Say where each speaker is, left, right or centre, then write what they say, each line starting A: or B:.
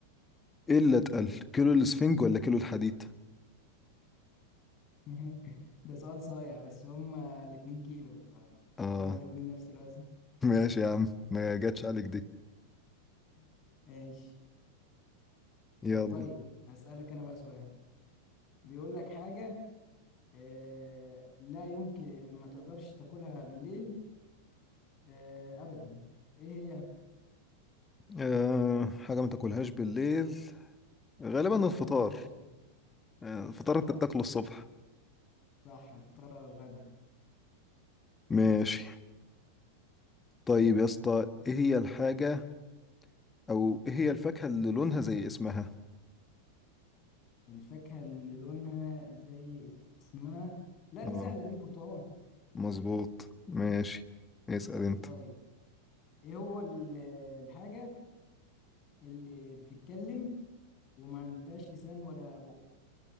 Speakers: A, on the left; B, on the left.
A: ايه اللي اتقل كيلو الاسفنج ولا كيلو الحديد
B: <laughs> ده سؤال صايع بس هما الاتنين كيلو فهما
A: اه
B: الاتنين نفس الوزن
A: ماشي يا عم ما جاتش عليك دي
B: <laughs> ايش
A: يلا
B: آه، طيب هسألك أنا بقى سؤال بيقول لك حاجة آه، لا يمكن ما تقدرش تاكلها بالليل آه، أبدا إيه هي؟
A: أه حاجة ما تاكلهاش بالليل غالبا
B: اه
A: الفطار
B: ما ينفعش تاكلها
A: آه، الفطار
B: صح
A: انت بتاكله الصبح
B: صح الفطار والغدا
A: ماشي طيب يا اسطى ايه هي الحاجة او ايه هي الفاكهة اللي لونها زي اسمها
B: الفاكهة اللي لونها زي اسمها لا
A: اه
B: دي سهلة دي البرتقال
A: مظبوط ماشي اسأل انت
B: طيب إيه هو ال- الحاجة اللي بتتكلم وما عندهاش لسان ولا بق